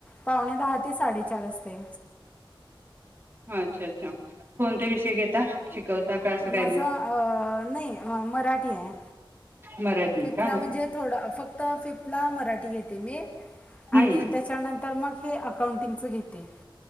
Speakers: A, on the left (about 15°); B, on the right (about 25°).
A: पावणे दहा ते साडेचार असतय
B: हाँ अच्छा अच्छा कोणते विषय घेता शिकवता का असं काही
A: माझा
B: नाही
A: अं नाही अं मराठी आहे
B: मराठी
A: तिथला
B: का
A: मंजे थोडा फक्त फिफ्थला मराठी घेते मी
B: हम्म
A: आणी त्याचा न तर मग हे अकॉउंटिंगच घेते